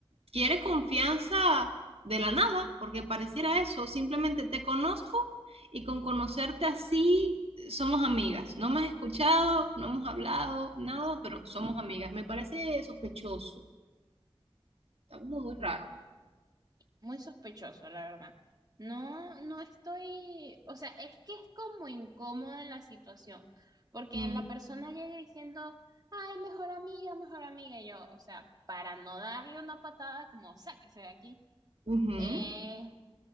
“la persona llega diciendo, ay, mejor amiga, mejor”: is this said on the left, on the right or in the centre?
Right